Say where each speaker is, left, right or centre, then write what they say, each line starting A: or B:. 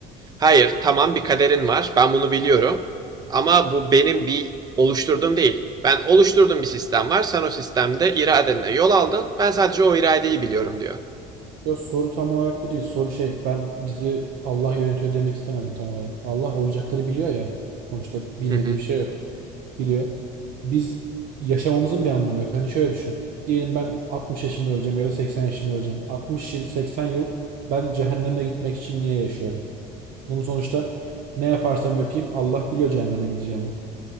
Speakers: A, on the right; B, on the right.
A: Hayır, tamam bir kaderin var. Ben bunu biliyorum. Ama bu benim bir oluşturduğum değil. Ben oluşturduğum bir sistem var. Sen o sistemde iradenle yol aldın. Ben sadece o iradeyi biliyorum diyor.
B: Yok soru tam olarak bu değil. Soru şey ben bizi Allah yönetiyor demek istemedim tam olarak. Allah olacakları biliyor ya. Sonuçta bilmediği
A: Hı hı.
B: bir şey yok. Biliyor. Biz yaşamamızın bir anlamı yok. Hani şöyle düşün. Diyelim ben 60 yaşında öleceğim ya da 80 yaşında öleceğim. 60 yıl 80 yıl ben cehenneme gitmek için niye yaşıyorum? Bunu sonuçta ne yaparsam yapayım Allah biliyor cehenneme gideceğimi.